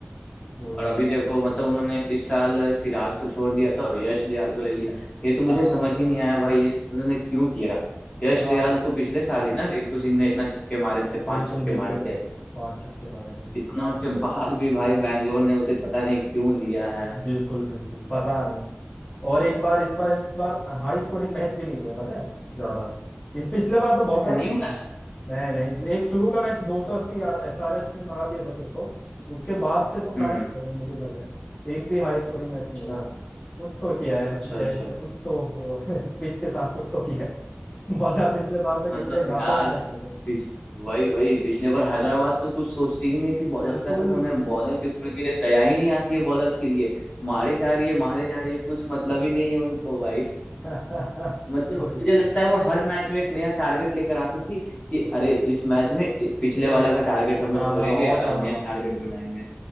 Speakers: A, on the left (about 45°); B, on the left (about 25°).
A: वही
B: और अभी देखो मतलब उन्होंने इस साल सिराज को छोड़ दिया था और यश दयाल को ले लिया ये तो मुझे
A: हाँ
B: समझ
A: हाँ।
B: ही नहीं आया भाई ये उन्होंने क्यों किया यश
A: हाँ
B: दयाल को पिछले साल ही ना रिंकू सिंह ने इतना छक्के मारे थे
A: बिल्कुल
B: पांच छक्के
A: बिल्कुल
B: मारे थे
A: पांच छक्के मारे थे
B: इतना
A: याद है
B: के
A: वो
B: बाद
A: तो
B: भी भाई बैंगलोर ने उसे पता नहीं क्यों लिया है
A: बिल्कुल बिल्कुल पता नहीं और एक बार इस बार इस बार हाई स्कोरिंग मैच भी नहीं हुए पता है ज्यादा इस पिछले बार तो बहुत
B: अच्छा
A: ज्यादा
B: नहीं हुआ ऐसा
A: नहीं नहीं एक शुरू का मैच 280 एसआरएच ने मार दिए थे कुछ तो उसके बाद से तो कहाँ
B: हम्म हम्म।
A: ही हुआ है, मुझे लग रहा है एक भी हाई स्कोरिंग मैच
B: अच्छा
A: नहीं हुआ है कुछ तो किया है
B: अच्छा
A: जय
B: अच्छा
A: कुछ तो पिच <laughs> के साथ कुछ तो किया है <laughs> वरना पिछले बार तक
B: मतलब
A: इतने ज्यादा
B: यार
A: रन बनाए थे
B: पिछ, वही वही पिछले बार हैदराबाद तो कुछ सोचती ही नहीं थी बॉ-
A: बिल्कुल
B: लगता था तो उन्हें बॉलर के ऊपर के लिए दया ही नहीं आती है बॉलर्स के लिए
A: बिल्कुल।
B: मारी जा रही है मारी जा रही है कुछ मतलब ही नहीं है उनको भाई
A: <laughs>
B: मतलब
A: वही
B: मुझे
A: वही
B: लगता है वो हर मैच में एक नया टारगेट लेकर आती थी कि
A: कितने
B: अरे इस मैच में पिछले वाला
A: मार्क्स
B: का टारगेट हम
A: ज्यादा
B: लोग तोड़ेंगे
A: और
B: और
A: ज्यादा
B: नया
A: मार्क्स
B: टारगेट
A: लें
B: बनाएंगे